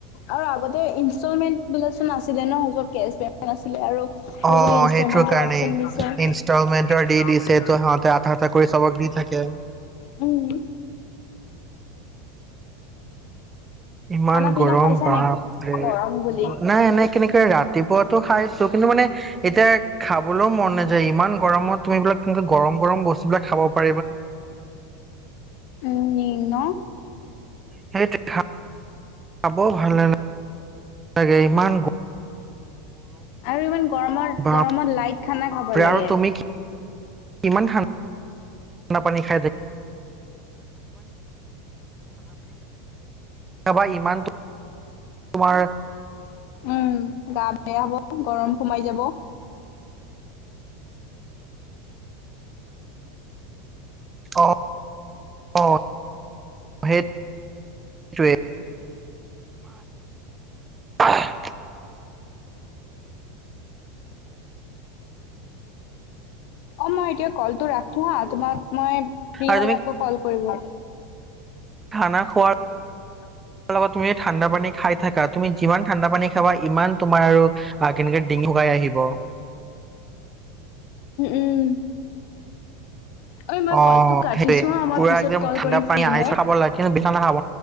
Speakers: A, on the left; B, on the right.
A: আৰু আগতে ইনষ্টলমেণ্ট বিলা নাছিলে ন। য'ত কেচ <unintelligible> আছিলে আৰু আৰু
B: অ
A: ইনস্তলমেন্তৰো
B: সেইটো কাৰণেই
A: অপচন দিছে অ',
B: ইনষ্টলমেন্টৰ
A: ইনস্তলমেন্ত
B: দি দিছে তো সিহঁতে আধা আধা কৰি চবক দি থাকে
A: <unintelligible> উম, উম।
B: ইমান
A: খানা পিনা
B: গৰম
A: খাইছা
B: বাপৰে
A: নে গৰম বুলি?
B: নাই এনে কেনেকে ৰাতিপুৱাতটো খাইছো কিন্তু মানে এতিয়া খাবলৈও মন নাযায় ইমান গৰমত তুমি বোলে তেনে গৰম গৰম বস্তুবলাক খাব পাৰা।
A: উম, ন।
B: সেইটোয়ে খাব ভাল নেলাগে ইমান গৰ
A: আৰু ইমান গৰমৰ
B: বাপৰে
A: গৰমত লাইট খানা খাব লাগে।
B: আৰু তুমি কি কিমান ঠাণ্ডা পানী খাই দে
A: <unintelligible> <unintelligible>
B: খাবা ইমান তোমাৰ
A: উম, গা বেয়া হ'ব গৰম সোমাই যাব।
B: অ', অ', সেই টোৱে। <unintelligible>
A: অ', মই এতিয়া কলটো ৰাখো হা তোমাক মই ফ্ৰী
B: আৰু
A: হলে
B: তুমি
A: আকৌ কল কৰিবা।
B: খানা খোৱাৰ
A: <unintelligible>
B: লগত তুমি ঠাণ্ডা পানী খাই থাকা তুমি যিমান ঠাণ্ডা পানী খাবা ইমান তোমাৰ আৰু কেনেকে
A: <unintelligible> উম,
B: ডিঙি শুকাই আহিব
A: উম। অই মই
B: অ
A: কলটো কাতিছোঁ
B: সেইটোৱে
A: হা, মই
B: পুৰা
A: পিছত
B: একদম
A: কল
B: ঠাণ্ডা
A: কৰিম
B: পানী
A: ফ্ৰি
B: আইচ
A: হৈ।
B: খাব লাগে কিন্তু বেছি ঠাণ্ডা খাব